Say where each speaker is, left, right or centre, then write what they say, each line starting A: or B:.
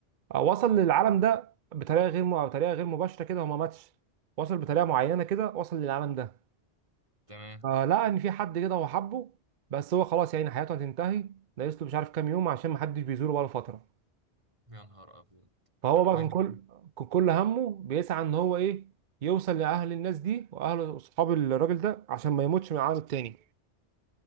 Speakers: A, on the right; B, on the right.
A: وصل للعالم ده بطريقه غير م- بطريقه غير مباشره كده هو ما ماتش وصل بطريقه معينه كده وصل للعالم ده
B: تمام
A: فلقى ان في حد كده هو حبه بس هو خلاص يعني حياته هتنتهي ناقص له مش عارف كام يوم عشان ما حدش بيزوره بقاله فتره
B: يا نهار أبيض
A: فهو
B: على
A: بقى
B: فكرة
A: كان كل كان كل همه بيسعى ان هو ايه يوصل لاهل الناس دي واهل اصحاب الراجل ده عشان ما يموتش من العالم التاني